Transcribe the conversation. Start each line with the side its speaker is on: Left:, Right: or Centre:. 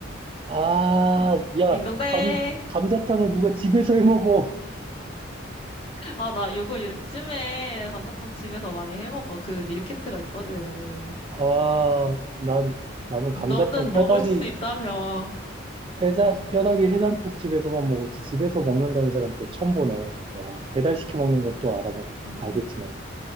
Right: 아,
Left: <laughs>
Right: 야,
Left: 딩동댕.
Right: 감, 감자탕을 누가 집에서 해 먹어?
Left: 아, 나 이거 요즘에 감자탕 집에서 많이 해 먹어. 그 밀키트가 있거든.
Right: 아, 난 나는 감자탕
Left: 너는
Right: 뼈다귀
Left: 먹을 수 있다며.
Right: 뼈다, 뼈다귀 해장국 집에서만 먹었지. 집에서 먹는다는 사람 또 처음 보네. 와, 배달시켜 먹는 건 또 알아먹,
Left: 음.
Right: 알겠지만.